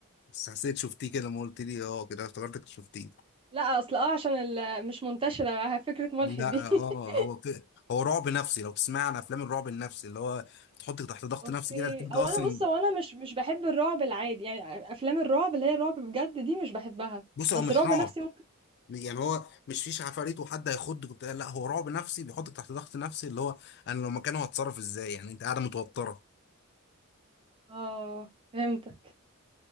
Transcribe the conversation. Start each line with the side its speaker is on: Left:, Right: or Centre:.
Left: بس حسيت شفتيه كده ما قلت لي اه كده افتكرتك شفتيه
Right: لا اصل اه عشان ال- مش منتشره فكره ملحد
Left: لا
Right: دي <laughs>
Left: اه هو ك- هو رعب نفسي لو تسمع عن افلام الرعب النفسي اللي هو تحطك تحت ضغط
Right: اوكي
Left: نفسي كده انت
Right: هو
Left: اصلا
Right: انا بص هو انا مش مش بحب الرعب العادي يعني افلام الرعب اللي هي الرعب بجد دي مش بحبها
Left: بص هو
Right: بس
Left: مش
Right: الرعب
Left: رعب
Right: نفسي ممكن
Left: يعني هو مش فيش عفاريت وحد هيخضك وبتاع لا هو رعب نفسي بيحطك تحت ضغط نفسي اللي هو انا لو مكانه هتصرف ازاي يعني انت قاعده متوتره
Right: اه فهمتك